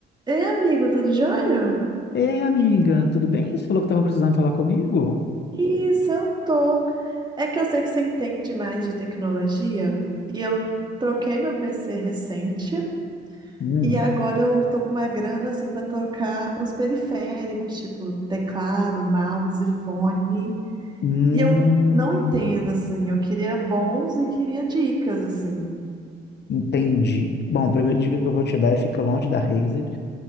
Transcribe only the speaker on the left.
Ei, amiga, tudo bem? Você falou que estava precisando falar comigo?
Hum,
hum,
entendi. Bom, a primeira dica que eu vou te dar é fica longe da Razer.